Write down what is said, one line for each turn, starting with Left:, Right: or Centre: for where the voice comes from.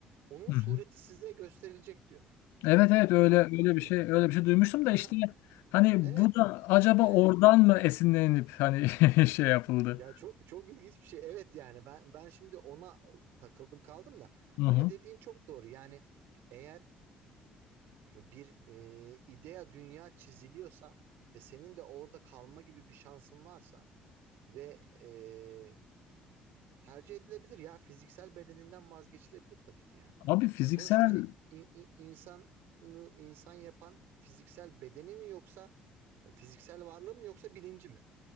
Right: Onun
Left: hı
Right: sureti
Left: hı.
Right: size gösterilecek diyor.
Left: Evet, evet öyle
Right: Ha,
Left: öyle
Right: anladın
Left: bir şey
Right: mı?
Left: öyle bir şey duymuştum da
Right: Aha,
Left: işte hani
Right: evet.
Left: bu da acaba
Right: Yani
Left: oradan mı esinlenip hani <laughs> şey yapıldı?
Right: ya çok çok ilginç bir şey. Evet yani ben ben şimdi ona takıldım kaldım da
Left: Hı
Right: ama
Left: hı.
Right: dediğin çok doğru. Yani eğer bir e, idea dünya çiziliyorsa ve senin de orada kalma gibi bir şansın varsa ve e, tercih edilebilir ya fiziksel bedeninden vazgeçilebilir tabii ki yani.
Left: Abi fiziksel
Right: Sonuçta hani in- in- insanı insan yapan fiziksel bedeni mi yoksa fiziksel varlığı mı yoksa bilinci mi?